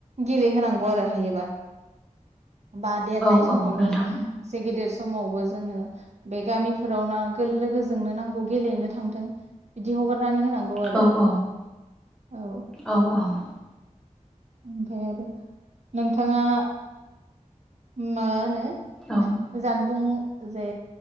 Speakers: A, on the right; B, in the centre.
A: गेलेहोनांगौ आरो हायोबा बा देरनाय
B: औ
A: समावबो
B: औ नोंथां
A: एसे गेदेर समावबो जोङो बे गामिफोराव ना लोगोजोंनो नांगौ गेलेनो थांथों बिदि हगार नानै होनांगौ आरो।
B: औ औ
A: औ
B: औ औ
A: ओमफ्राय आरो नोंथाङा माहोनो
B: औ
A: जानबुं जे